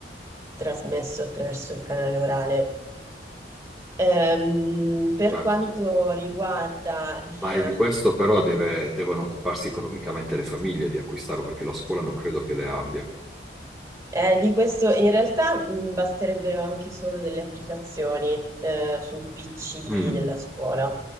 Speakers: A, on the right (about 20°); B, in the centre.
A: trasmesso attraverso il canale orale. Ehm, per
B: certo.
A: quanto riguarda
B: Ma
A: la,
B: di questo però
A: la-
B: deve- devono occuparsi economicamente le famiglie di acquistarlo perché la scuola non credo che le abbia.
A: Eh, di questo in realtà mh, basterebbero anche solo delle applicazioni eh, sul PC
B: Mm,
A: della scuola,